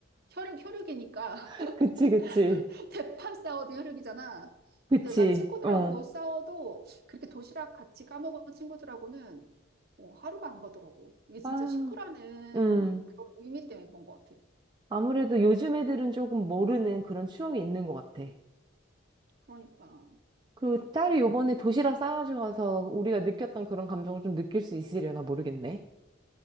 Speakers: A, on the right; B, on the right.
A: 혈육, 혈육이니까.
B: <laughs> 그치, 그치.
A: <laughs> 대판 싸워도 혈육이잖아.
B: 그치,
A: 근데 나 친구들하고
B: 어.
A: 싸워도 그렇게 도시락 같이 까먹은 친구들하고는 어, 하루가 안 가더라고. 이게 진짜
B: 아,
A: 식구라는
B: 음.
A: 그런 의미 때문에 그런 것 같아.
B: 아무래도 요즘 애들은 조금 모르는 그런 추억이 있는 것 같아.
A: 그러니까.
B: 그 딸이
A: 이게,
B: 요번에 도시락 싸가지고 가서 우리가 느꼈던 그런 감정을 좀 느낄 수 있으려나 모르겠네.